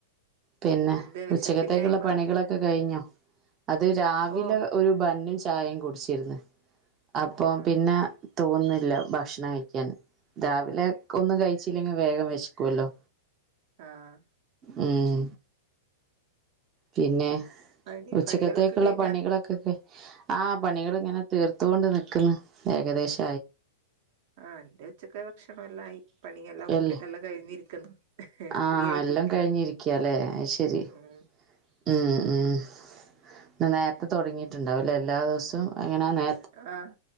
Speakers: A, on the right; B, on the right.
A: പിന്നെ
B: എന്തേ വെശപ്പില്ലായ്മ
A: ഉച്ചക്കത്തേക്കുള്ള പണികളൊക്കെ കഴിഞ്ഞോ അത് രാവിലെ
B: ഓ
A: ഒരു ബന്നും ചാ ചായയും കുടിച്ചിരുന്ന് അപ്പൊ
B: ആഹ്
A: പിന്നെ തോന്നുന്നില്ല ഭക്ഷണം കഴിക്കാന് രാവിലെ ക്കൊന്ന് കഴിച്ചില്ലെങ്കി വേഗം വിശക്കുവല്ലോ
B: ആഹ്
A: ഉം പിന്നെ
B: പണി
A: ഉച്ചക്കത്തേക്കുള്ള
B: പണികളൊക്കെ കഴിഞ്ഞാ
A: പണികളൊക്കൊക ആഹ് പണികള് ഇങ്ങനെ തീർത്തുകൊണ്ട് നിക്കുന്നു ഏകദേശം
B: ആഹ് എന്റെ ഉച്ചക്ക് ഭക്ഷണം എല്ലാം ആയി പണിയെല്ലാക്കെ
A: അല്ലേ
B: എല്ലാം കഴിഞ്ഞിരിക്കുന്നു
A: ആ
B: ഫ്രീ ആയിട്ടി
A: എല്ലാം
B: ഇരിക്കലാ
A: കഴിഞ്ഞിരിക്കല്ലേ അത് ശരി
B: ഉം
A: ഉം ഉം ഇന്ന് നേരത്തെ തുടങ്ങിയിട്ടുണ്ടാവുല്ലേ എല്ലാ ദിവസവും എങ്ങനാ നേ
B: ആഹ്